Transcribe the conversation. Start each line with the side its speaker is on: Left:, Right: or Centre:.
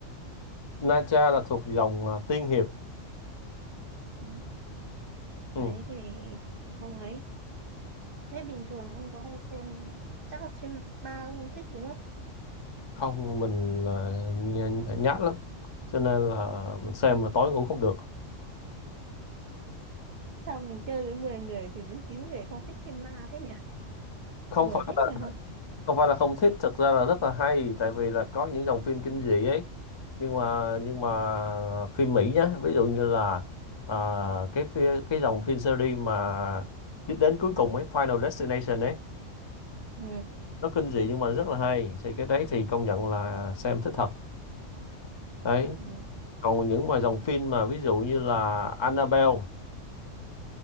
Left: Na Cha là thuộc dòng ờ, tiên hiệp
Right: Ừ, đấy
Left: ừ.
Right: thì không ấy Thế bình thường ông có hay xem chắc là phim ma ông không thích đúng không?
Left: không mình ờ, nhát lắm cho nên là mình xem mà tối ngủ không được
Right: Sao mình chơi với 10 người thì đến 9 người không thích phim ma thế nhỉ?
Left: không
Right: Buồn
Left: phải
Right: thế
Left: là
Right: nhỉ không?
Left: không phải là không thích thực ra là rất là hay tại vì là có những dòng phim kinh dị ấy nhưng mà nhưng mà phim Mỹ nhá ví dụ như là à, cái phi- cái dòng phim series mà đích đến cuối cùng ấy Final Destination ấy
Right: Ừ.
Left: nó kinh dị nhưng mà rất là hay thì cái đấy thì công nhận là xem thích thật đấy
Right: ừ,
Left: còn những mà dòng phim mà ví dụ như là Annabelle